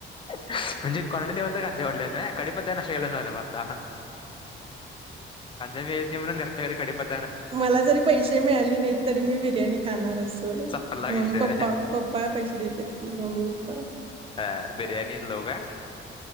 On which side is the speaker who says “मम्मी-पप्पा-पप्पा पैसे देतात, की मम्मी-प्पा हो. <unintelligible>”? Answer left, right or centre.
Right